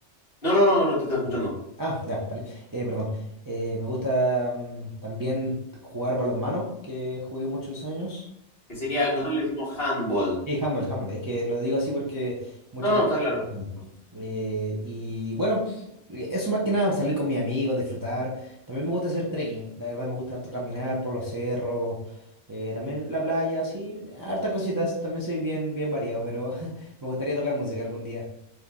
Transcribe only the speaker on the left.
No, no, no, no te estoy escuchando.
Que sería, nosotros le decimos handball.
No, no,
está claro.